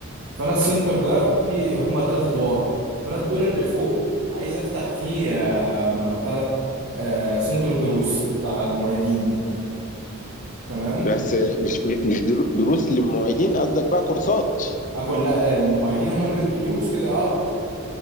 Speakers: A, on the right (about 75°); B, on the left (about 35°).
A: فانا السنتر ده فيه هما ثلاث ادوار فانا الدور اللي فوق عايز افتح فيه آه، بتاع ده، آه، سنتر دروس بتاع المعيدين تمام
B: بس مش مش درو- دروس للمعيدين قصدك بقى كورسات
A: اكل لا المعيدين هم اللي بيدوا دروس كده اه